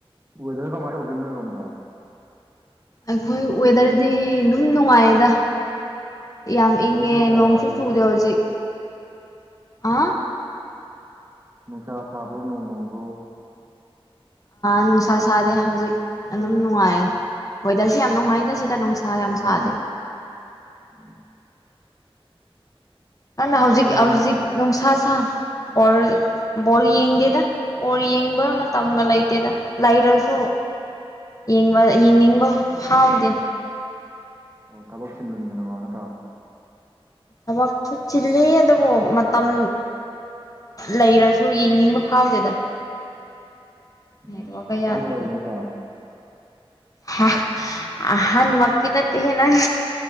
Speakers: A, on the right; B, on the left.
A: ꯋꯦꯗꯔ ꯀꯃꯥꯏꯅ ꯇꯧꯒꯦ ꯅꯣꯏꯔꯣꯝꯗ
B: ꯑꯩꯈꯣꯏ ꯋꯦꯗꯔꯗꯤ ꯑꯗꯨꯝ ꯅꯨꯡꯉꯥꯏꯌꯦꯗ ꯌꯥꯝ
A: ꯍꯧꯖꯤꯛ
B: ꯏꯪꯉꯦ
A: ꯅꯨꯡꯁꯥ
B: ꯅꯣꯡꯁꯨ
A: ꯁꯥꯔꯤꯕꯣ
B: ꯆꯨꯗꯦ
A: ꯀꯩꯅꯣ
B: ꯍꯧꯖꯤꯛ ꯑ
A: ꯅꯨꯡꯁꯥ ꯁꯕ꯭ꯔꯣ ꯅꯣꯡ ꯃꯥꯡꯕ꯭ꯔꯣ
B: ꯅꯨꯡꯁꯥ ꯁꯥꯗꯦ ꯍꯧꯖꯤꯛ ꯑꯗꯨꯝ ꯅꯨꯡꯉꯥꯏꯌꯦ ꯋꯦꯗꯔꯁꯤ ꯌꯥꯝ ꯅꯨꯡꯉꯥꯏꯗ ꯁꯤꯗ ꯅꯨꯡꯁꯥ ꯌꯥꯝꯁꯥ
A: ꯎꯝ
B: ꯑꯗꯨꯅ ꯍꯧꯖꯤꯛ ꯍꯧꯖꯤꯛ
A: ꯌꯦꯡꯕ
B: ꯅꯨꯡꯁꯥ ꯁꯥ ꯑꯣꯔ ꯕꯣꯜ ꯌꯦꯡꯗꯦꯗ ꯕꯣꯜ ꯌꯦꯡꯕ ꯃꯇꯝꯒ ꯂꯩꯇꯦꯗ ꯂꯩꯔꯁꯨ ꯌꯦꯡꯕ ꯌꯦꯡꯅꯤꯡꯕ ꯐꯥꯎꯗꯦ
A: ꯑꯣ ꯊꯕꯛ ꯁꯤꯤꯟꯃꯟꯗꯅꯀꯣ ꯅꯠꯇ꯭ꯔꯣ
B: ꯊꯕꯛꯁꯨ ꯆꯤꯜꯂꯤ ꯑꯗꯨꯕꯨ ꯃꯇꯝ ꯂꯩꯔꯁꯨ ꯌꯦꯡꯅꯤꯡꯕ ꯐꯥꯎꯗꯦꯗ
A: ꯎꯝ
B: ꯃ ꯋꯥ ꯀ
A: ꯑꯍꯟ
B: ꯌꯥꯗ
A: ꯑꯣꯏꯔꯦ ꯅꯠꯇ꯭ꯔꯥ
B: ꯍꯥ ꯑꯍꯥꯟ ꯃ ꯀꯗꯠꯇ ꯍ ꯂꯪ